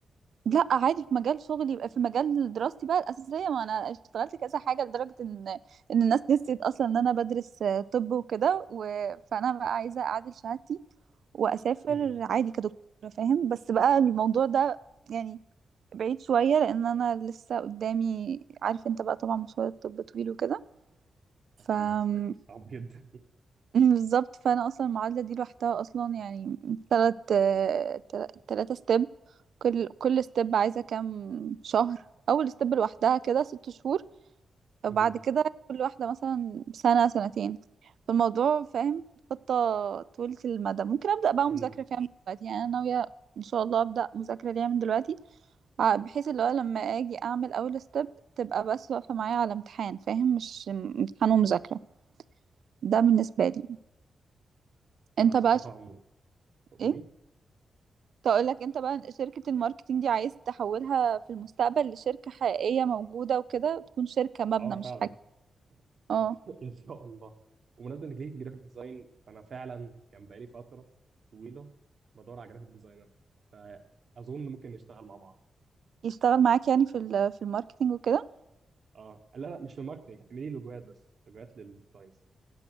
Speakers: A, on the right (about 70°); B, on the right (about 55°).
A: لا عادي في مجال شغلي يبقى في مجال دراستي بقى الاساسيه ما انا اشتغلت كذا حاجه لدرجه ان ان الناس نسيت اصلا ان انا بدرس آه، طب وكده و... فانا بقى عايزه اعادل شهادتي واسافر
B: مم.
A: عادي كدكتوره فاهم بس بقى الموضوع ده يعني بعيد شويه لان انا لسه قدامي عارف انت بقى طبعا مشوار الطب طويل وكده ف
B: اكيد
A: <laughs> م-
B: صعب جدا
A: بالظبط فانا اصلا المعادله دي لوحدها اصلا يعني تلات تل- تلاتة ستيب كل كل ستيب عايزه كام شهر اول ستيب لوحدها كده ست شهور
B: مم.
A: وبعد كده كل واحدة مثلا سنة سنتين فالموضوع فاهم خطة طويلة المدى ممكن أبدأ بقى
B: إن-
A: مذاكرة فيها من دلوقتي يعني أنا ناوية إن شاء الله أبدأ مذاكرة ليها من دلوقتي ع- بحيث اللي هو لما أجي أعمل أول ستيب تبقى بس واقفة معايا على امتحان فاهم مش م- امتحان ومذاكرة ده بالنسبة لي أنت
B: انا بصراحه
A: بقى ش...
B: م- قولي
A: إيه؟ تقول لك انت بقى شركة الماركتينج دي عايز تحولها في المستقبل لشركة حقيقية موجودة وكده تكون شركة مبنى
B: اه فعلا
A: مش حاجة
B: <laughs>
A: اه
B: ان شاء الله وبمناسبه انك ليه في الجرافيك ديزاين فانا فعلا كان بقالي فتره طويله بدور على جرافيك ديزاينر فاظن ممكن نشتغل مع بعض
A: يشتغل معاك يعني في ال- في الماركتينج وكده
B: اه لا لا مش في ماركتنج اعملي لوجوهات بس لوجوهات للكلاينتس